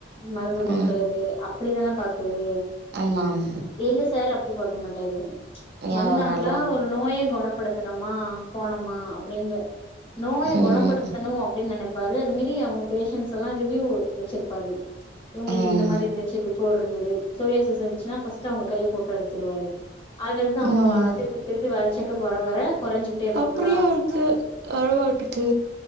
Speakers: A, on the left; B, on the right.
A: மருந்து குடுகுறது
B: ம்
A: அப் அப்டிதான பாக்குது
B: ஆமாம்
A: எங்க சார் அப்டி பாக்க மாட்டாரு
B: எவங்களு
A: வந்தாங்களா ஒரு நோய கொணபடுதணமா போனமா அப்டின்னு நோய
B: ம்
A: கொணபடுதணு ணு அப்டின்னு நெனபாரு அதுமேரி அவங்க பேஷன்ஸ் எல்லா ரிவ்யூ வச்சிருபாரு இவுங்களுக்கு
B: ம்
A: இந்த மாரி இருந்துச்சி பிஃபோர் இருந்தது சொரியாசிஸ் இருஞ்ச்சினா ஃபர்ஸ்ட் அவங்க கைய ஃபோட்டோ எடுத்துடுவாரு அத எடுத்து அவங்க
B: ம்
A: வர திருப்பி திருப்பி வேர செக்கப் வர வர குறைஞ்சுகிட்டே இருக்கும்லா
B: அப்டியா இருக்கு அழவாட்டுக்கு